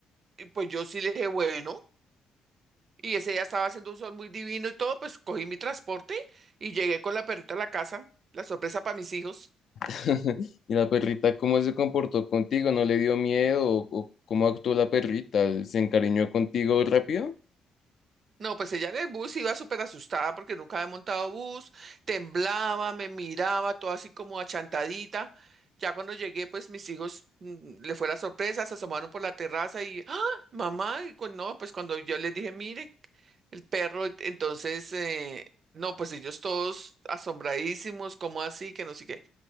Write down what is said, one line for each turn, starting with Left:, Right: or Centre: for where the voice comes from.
Right: Y pues yo sí le dije, bueno. Y ese día estaba haciendo un sol muy divino y todo, pues cogí mi transporte y llegué con la perrita a la casa, la sorpresa para mis hijos.
Left: <laughs> ¿Y la perrita cómo se comportó contigo? ¿No le dio miedo? ¿O, o cómo actuó la perrita? ¿Se encariñó contigo rápido?
Right: No, pues ella en el bus iba súper asustada porque nunca había montado bus, temblaba, me miraba, todo así como achantadita. Ya cuando llegué, pues mis hijos mm, le fue la sorpresa, se asomaron por la terraza y, ¡ah, mamá! Y cu- no, pues cuando yo les dije, mire, el perro, entonces, eh, no, pues ellos todos asombradísimos, ¿cómo así? Que no sé qué.